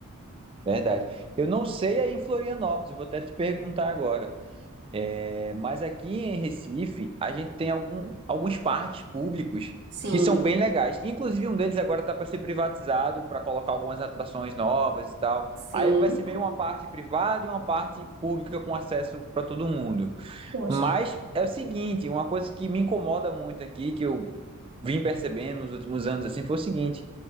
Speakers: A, on the right (about 25°); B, on the right (about 50°).
A: verdade. Eu não sei aí em Florianópolis, vou até te perguntar agora. É, mas aqui em Recife, a gente tem algum, alguns parques públicos
B: Sim,
A: que são bem legais. Inclusive, um deles agora está para ser privatizado, para colocar algumas atrações novas e tal.
B: sim.
A: Aí ele vai ser meio uma parte privada e uma parte pública com acesso para todo mundo.
B: Poxa,
A: Mas é o seguinte, uma coisa que me incomoda muito aqui, que eu vim percebendo nos últimos anos assim, foi o seguinte: